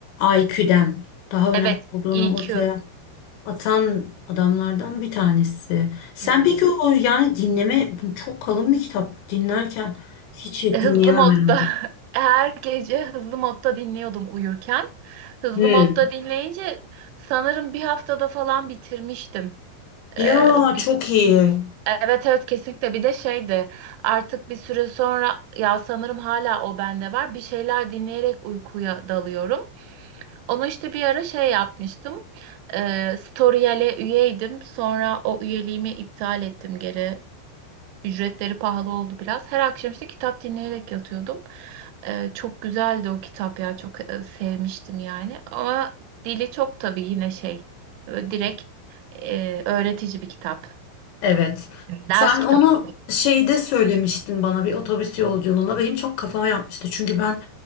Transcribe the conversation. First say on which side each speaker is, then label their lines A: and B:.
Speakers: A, on the left; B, on the right.
A: IQ'den daha önemli
B: Evet,
A: olduğunu
B: EQ.
A: ortaya Atan adamlardan bir tanesi. Sen
B: Hmm.
A: peki o yani dinleme çok kalın bir kitap dinlerken hiç dinleyemem
B: Hızlı modda
A: herhalde.
B: <laughs> her gece hızlı modda dinliyordum uyurken. Hızlı
A: Hmm.
B: modda dinleyince sanırım bir haftada falan bitirmiştim.
A: Ya
B: Ee, bi-
A: çok iyi.
B: evet evet kesinlikle bir de şeydi artık bir süre sonra ya sanırım hala o bende var bir şeyler dinleyerek uykuya dalıyorum. Onu işte bir ara şey yapmıştım. Ee, Storyal'e üyeydim sonra o üyeliğimi iptal ettim geri Ücretleri pahalı oldu biraz. Her akşam işte kitap dinleyerek yatıyordum. Ee, çok güzeldi o kitap ya. Çok e, sevmiştim yani. Ama dili çok tabii yine şey. e, Direkt e, öğretici bir kitap.
A: Evet.
B: Ders
A: Sen
B: kitabı
A: onu
B: gibi.
A: şeyde söylemiştin bana bir otobüs yolculuğunda. Benim çok kafama yatmıştı. Çünkü ben